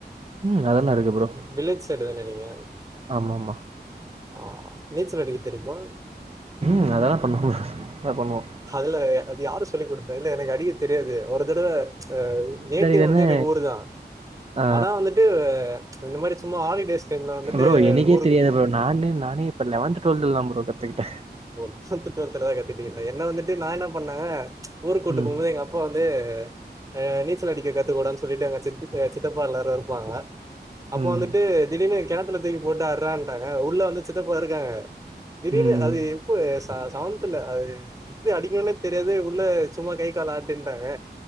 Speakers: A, on the right; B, on the right.
A: ம் அதெல்லா இருக்கு ப்ரோ
B: வில்லேஜ் சைடு தானே நீங்க
A: ஆமா ஆமா
B: ஆ நீச்சல் அடிக்க தெரியுமா
A: ம் அதெல்லா பண்ணுவோ அத பண்ணுவோம்
B: அதுல அது யாரு சொல்லிக் கொடுத்த இல்ல எனக்கு அடிக்க தெரியாது ஒரு தடவ ம்ச்
A: நீச்சல்
B: நேட்டிவ்
A: அடிக்கிறதுன்னு
B: வந்து எனக்கு ஊரு தா
A: ஆ
B: ஆனா வந்து டு ம்ச் இந்த மாரி சும்மா ஹாலிடேஸ் டைம்ல வந்துட்டு
A: ப்ரோ எனக்கே
B: ஊருக்கு
A: தெரியாது
B: போ
A: ப்ரோ நானே நானே இப்ப லெவன்த் டுவெல்த்ல்லா ப்ரோ கத்துக்கிட்ட
B: <unintelligible> என்ன வந்துட்டு நா என்ன பண்ணா ம்ச் ஊர் கூட்டு
A: ம்
B: போம்போது எங்க அப்ப அப்பா வந்து அ நீச்சல் அடிக்க கத்துக்கோடான்னுட்டு எங்க சித் சித்தப்பா எல்லோரு இருப்பாங்க அப்போ
A: ம்
B: வந்துட்டு திடீர்னு கெணத்துல தூக்கி போட்டு அடுறான்ட்டாங்க உள்ள வந்து சித்தப்பா இருக்காங்க திடீர்னு
A: ம்
B: அது எப்போ செவன்தல அது எப்டி அடிக்கனுனே தெரியாது உள்ள சும்மா கை கால் ஆட்டுன்டாங்க